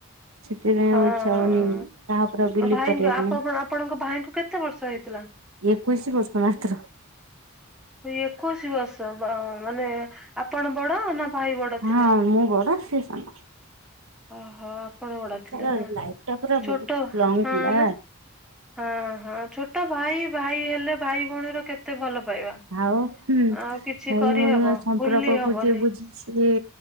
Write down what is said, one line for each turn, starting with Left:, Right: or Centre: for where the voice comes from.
Right: ସେଥିପାଇଁ
Centre: ହଁ
Right: ଆଉ ଇଚ୍ଛା ହଉନି କାହା ଉପରେ ଆଉ ବିଲିଭ
Centre: ହଁ ଭାଇଙ୍କ
Right: କରିବା
Centre: ଆପଣ
Right: ପାଇଁ।
Centre: ଆପଣଙ୍କ ଭାଇଙ୍କୁ କେତେ ବର୍ଷ ହେଇଥିଲା।
Right: ଏକୋଇଶି ବର୍ଷ ମାତ୍ର।
Centre: ଓ ଏକୋଇଶି ବର୍ଷ ବା ମାନେ ଆପଣ ବଡ ନା। ଭାଇ ବଡ ଥିଲେ?
Right: ହଁ ମୁଁ ବଡ ସିଏ ସାନ।
Centre: ଓହୋ ଆପଣ ବଡ ଥିଲେ
Right: ତାର
Centre: ନା
Right: ଲାଇଫ୍ ଟା ପୁରା ବହୁତ
Centre: ଛୋଟ
Right: ଲଙ୍ଗ
Centre: ହଁ
Right: ଥିଲା
Centre: ନା। ହଁ ହଁ ଛୋଟ ଭାଇ ଭାଇ ହେଲେ ଭାଇ ଭଉଣୀର କେତେ ଭଲ ପାଇବା।
Right: ଆଉ ହୁଁ
Centre: ଆଉ
Right: ଭଇ
Centre: କିଛି କରିହବ
Right: ଭଉଣୀଙ୍କ ସମ୍ପର୍କକୁ
Centre: ଭୁଲି ହବନି
Right: ଯିଏ ବୁଝିଛି। ସିଏ